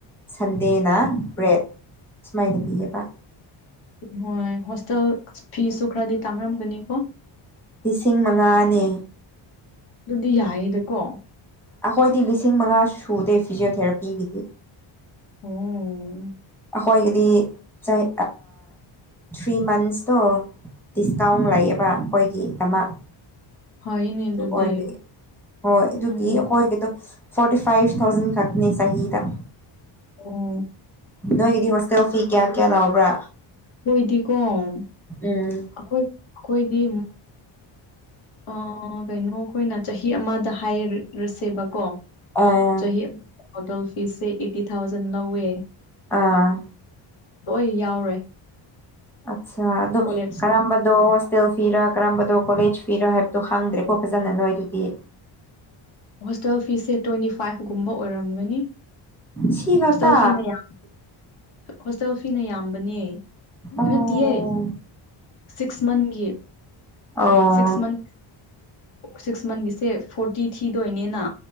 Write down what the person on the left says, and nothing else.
ꯍꯣꯏ ꯍꯣꯁꯇꯦꯜ ꯐꯁꯨ ꯈꯔꯗꯤ ꯇꯥꯡꯅꯔꯝꯒꯅꯤꯀꯣ
ꯑꯗꯨꯗꯤ ꯌꯥꯏꯌꯦꯗꯀꯣ
ꯑꯣꯝ
ꯐꯩꯅꯦ ꯑꯗꯨꯗꯤ
ꯎꯝ
ꯑꯣ
ꯍꯈꯣꯏꯗꯤꯀꯣ ꯑꯩꯈꯣꯏ
ꯑꯩꯈꯣꯏꯗꯤ ꯑ ꯀꯩꯅꯣ ꯑꯩꯈꯣꯏꯅ ꯆꯍꯤ ꯑꯃꯗ ꯍꯥꯏꯔꯁꯦꯕꯀꯣ
ꯆꯍꯤ ꯍꯣꯗꯦꯜ ꯐꯤꯁꯦ ꯑꯩꯠꯇꯤ ꯊꯥꯎꯖꯟ ꯅꯧꯋꯦ
ꯍꯣꯏ ꯌꯥꯎꯔꯦ
ꯀꯣꯂꯦꯖ
ꯍꯣꯁꯇꯦꯜ ꯐꯤꯁꯦ ꯇ꯭ꯋꯦꯟꯇꯤ ꯐꯥꯏꯚꯒꯨꯝꯕ ꯑꯣꯏꯔꯝꯒꯅꯤ
ꯍꯣꯁꯇꯦꯜ ꯐꯤꯅ ꯌꯥꯝ ꯍꯣꯁꯇꯦꯜ ꯐꯤꯅ ꯌꯥꯝꯕꯅꯦ
ꯑꯗꯨꯠꯇꯤꯌꯦ ꯁꯤꯛꯁ ꯃꯟꯒꯤ
ꯁꯤꯛꯁ ꯃꯟ ꯁꯤꯛꯁ ꯃꯟꯒꯤꯁꯦ ꯐꯣꯔꯇꯤ ꯊꯤꯗꯣꯏꯅꯦꯅ